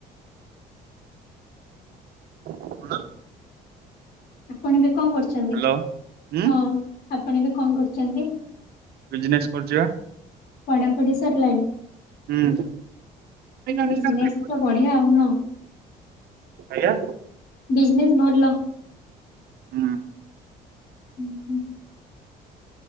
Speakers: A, on the right; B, on the left.
A: କଣ
B: ଆପଣ ଏବେ କଣ କରୁଛନ୍ତି
A: ହ୍ୟାଲୋ ହୁଁ
B: ହଁ ଆପଣ ଏବେ କଣ କରୁଛନ୍ତି?
A: ବିଜନେସ୍ କରୁଛି ପା।
B: ପଢାପଢ଼ି ସରିଲାଣି।
A: ହୁଁ ଆଜ୍ଞା
B: ବିଯିନେସ ତ ବଢିଆ ଆଉ ନା
A: ଆଜ୍ଞା।
B: ବିଜନେସ୍ ଭଲ।
A: ହୁଁ
B: ହୁଁ ହୁଁ।